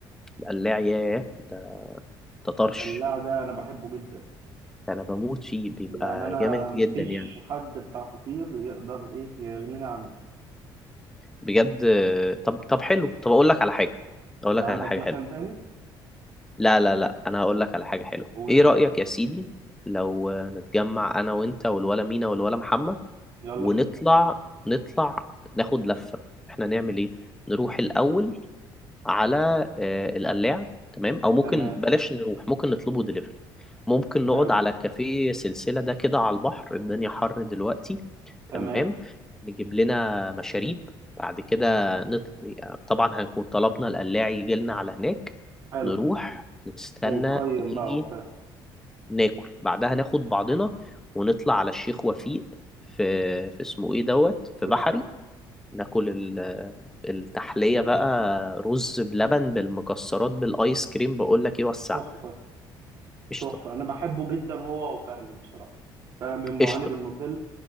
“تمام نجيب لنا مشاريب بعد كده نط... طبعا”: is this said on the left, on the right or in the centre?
Centre